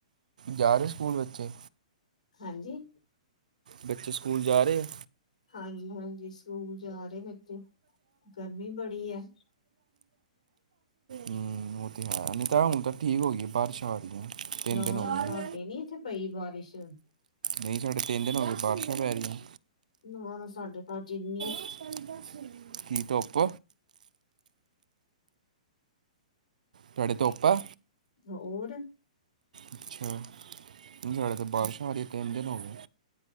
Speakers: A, on the right; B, on the left.
A: ਜਾ ਰਹੇ ਸਕੂਲ ਬੱਚੇ।
B: ਹਾਂਜੀ।
A: ਬੱਚੇ ਸਕੂਲ ਜਾ ਰਹੇ ਆ।
B: ਹਾਂਜੀ -ਹਾਂਜੀ ਸਕੂਲ ਜਾ ਰਹੇ ਬੱਚੇ, ਗਰਮੀ ਬੜੀ ਹੈ।
A: ਹੂ, ਉਹ ਤੇ ਹੈ ਨਹੀਂ ਤਾਂ ਹੁਣ ਤਾਂ। ਠੀਕ ਹੋ ਗਈ ਬਾਰਿਸ਼ ਆ ਰਹੀ ਹੈ ਤਿੰਨ
B: ਨਾ-
A: ਦਿਨ ਹੋ
B: ਨਾ ਸਾਡੇ
A: ਗਏ
B: ਨੀ ਇਥੇ- ਪਈ ਬਾਰਿਸ਼।
A: ਨਹੀਂ ਸਾਡੇ ਤਿੰਨ ਦਿਨ ਹੋ ਗਏ ਬਾਰਿਸ਼ਾਂ ਪੈ ਰਹੀਆਂ
B: ਨਾ ਸਾਡੇ ਤਾਂ ਜਿਨੀ-
A: ਚਦਾ <unintelligible> <unintelligible> ਕੀ ਧੁੱਪ- ਤੁਹਾਡੇ ਧੁੱਪ ਏ।
B: ਹੋਰ।
A: ਅੱਛਾ। ਲੁਧਿਆਣੇ ਤਾਂ
B: ਆਹਾਂ
A: ਬਾਰਿਸ਼ਾਂ ਹੋ ਰਹੀਆਂ ਤਿੰਨ ਦਿਨ ਹੋ ਗਏ